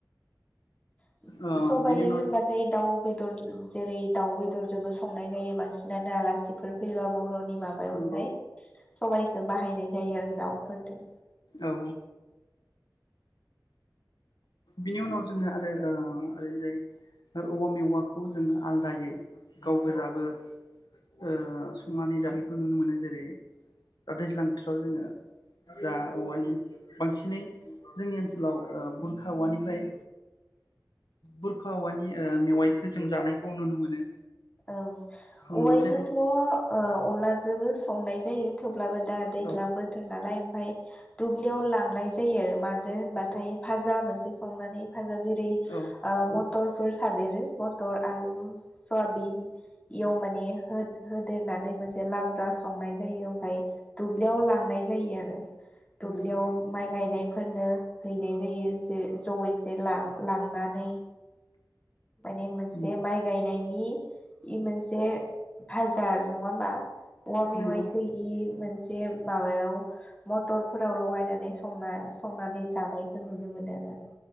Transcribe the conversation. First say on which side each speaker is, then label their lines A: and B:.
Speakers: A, on the left (about 15°); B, on the left (about 80°).
A: <inaudible>
B: अ
A: सबाय
B: बिनि उनाव
A: होनबाथाय दाउ बेदर जेरै दाउ बेदरजोंबो संनाय जायो बांसिनानो आलासिफोर फैयोबा बर'नि माब्लाबा।
B: नंगौ
A: यथाय <unintelligible> सबाइखौ बाहायनाय जायो आरो दाउ बेदरफोरजों।
B: औ। बिनि उनाव जोङो आरो ओरैजाय औवा मेवाखौ जोङो आलदायै गाव गोजाबो ओ संनानै जानायखौ नुनो मोनो जेरै दा दैज्लां बोथोराव जोङो जा औवानि बांसिनै जोंनि ओनसोलाव ओ बुरखा औवानिफ्राय बुरखा औवानि मेवाइखौ जों जानायखौ नुनो मोनो।
A: औ
B: उम
A: औवाइथ
B: जेरै
A: अनलाजों- जोंबो संनाय जायो थेवब्लाबो दा दैज्लां
B: औ
A: बोथोर नालाय ओमफ्राय दुब्लियाव लांनाय जायो आरो माजों होनबाथाय भाहाजा मोनसे संनानै हेफाजाबाव जेरै
B: औ औ
A: मथरफोर थादेरो मटर आलु सवाबिन। बि बियाव माने हो <unintelligible> होदेरनानै मोनसे लाब्रा संनाय जायो ओमफ्राय दुब्लियाव लांनाय जायो। जायो आरो दुब्लियाव
B: नंगौ
A: माइ गायनायफोरनो हैनाय जायो जे जयै जेला लांनानै। माने मोनसे
B: उम
A: माइ गायनायनि नि इ मोनसे भा आरो नङा होमबा औवा मेवाइ
B: नंगौ
A: सोयि से माबायाव मथरफोराव लाय नानै संना संनानै जानायखौ नुनो मोनो। या